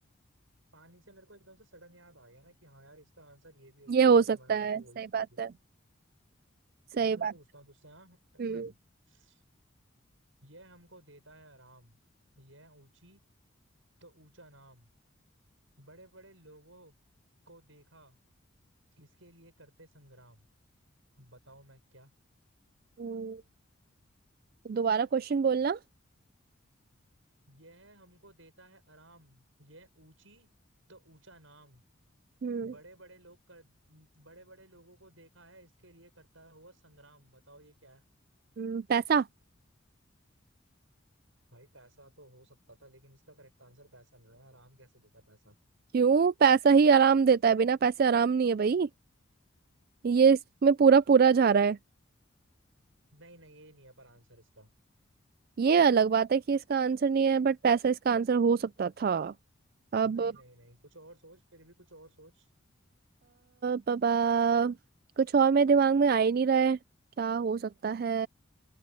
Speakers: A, on the right; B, on the right.
A: पानी से मेरे को एकदम से सडन याद आ गया ना कि हाँ यार इसका आंसर ये भी हो
B: ये
A: सकता
B: हो
A: है
B: सकता
A: तो मैंने
B: है
A: तेरे को
B: सही
A: वही पूछ
B: बात
A: लिया
B: है सही
A: चल मैं
B: बात
A: पूछता हूँ तुझसे हाँ <clears throat>
B: हम्म
A: यह हमको देता है आराम यह ऊंची तो ऊंचा नाम बड़े बड़े लोगों को देखा इसके लिए करते संग्राम बताओ मैं क्या
B: हम्म, दोबारा क्वेश्चन बोलना
A: यह हमको देता है आराम यह ऊंची तो ऊंचा नाम
B: हम्म
A: बड़े बड़े लोग कर बड़े बड़े लोगों को देखा है इसके लिए करता हुआ संग्राम बताओ ये क्या है
B: हम्म, पैसा
A: भाई पैसा तो हो सकता था लेकिन इसका करेक्ट आंसर पैसा नहीं है आराम कैसे देता पैसा
B: क्यों पैसा ही आराम देता है बिना पैसे आराम नहीं है भाई ये इसमें पूरा पूरा जा रहा है
A: नहीं नहीं ये नहीं है पर आंसर इसका
B: ये अलग बात है कि इसका आंसर नहीं है बट पैसा इसका आंसर हो सकता था अब
A: नहीं नहीं नहीं कुछ और सोच फिर भी कुछ और सोच
B: पापा कुछ और मेरे दिमाग में आ ही नहीं रहा है क्या हो सकता है